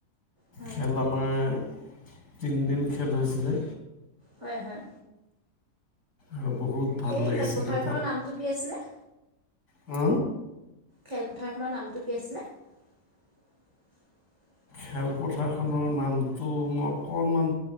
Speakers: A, on the right; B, on the left.
A: হয়
B: খেল আমাৰ তিনদিন খেল হৈছিলে।
A: হয়, হয়।
B: আৰু বহুত ভাল
A: সেই
B: লাগিছিলে
A: খেলপথাৰখনৰ নামটো কি আছিলে?
B: অ?
A: খেলপথাৰখনৰ নামটো কি আছিলে? <inaudible>
B: খেলপথাৰখনৰ নামটো মই অকণমান